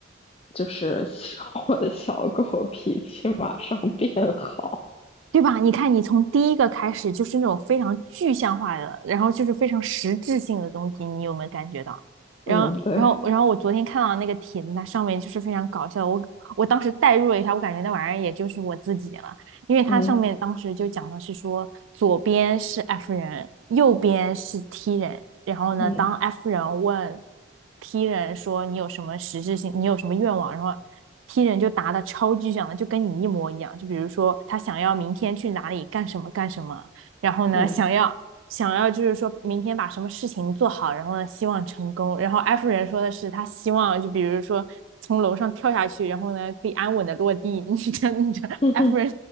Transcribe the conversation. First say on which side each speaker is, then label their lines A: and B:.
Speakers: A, on the left; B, on the right.
A: 就是希望我的小狗脾气马上变好。
B: 对吧？你看，你从第一个开始就是那种非常具象化的，然后就是非常实质性的东西，你有没有感觉到？然后，
A: 嗯，对，
B: 然后，然后我昨天看到那个帖子，它上面就是非常搞笑，我我当时代入了一下，我感觉那玩意儿也就是我自己了，因为它上面当时就讲的是说，
A: 嗯
B: 左边是 F 人，右边是 T 人，然后呢，
A: 嗯
B: 当 F 人问 T 人说你有什么实质性，你有什么愿望，然后踢人就答的超具象的，就跟你一模一样。就比如说他想要明天去哪里干什么干什么，然后呢想要想要就是说明天把什么事情做好，
A: 嗯，
B: 然后呢希望成功。然后艾夫人说的是他希望就比如说从楼上跳下去，然后呢可以安稳的落地。<laughs> 你这你这艾夫人
A: <laughs> 哼哼，